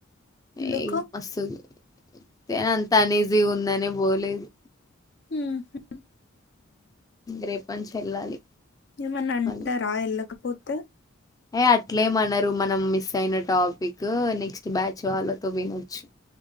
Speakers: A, on the left; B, on the left.
A: ఎందుకు
B: ఈ మస్తు తే అంత అనేజీ ఉందనే పోలేదు
A: ఉహు
B: రేపంచంచి వెళ్ళాలి
A: ఏమన్నా అంటారా
B: మళ్ళీ
A: వెళ్ళకపోతే
B: ఏ అట్లే ఏం అన్నారు మనం మిస్ అయిన టాపిక్ నెక్స్ట్ బ్యాచ్ వాళ్ళతో వినొచ్చు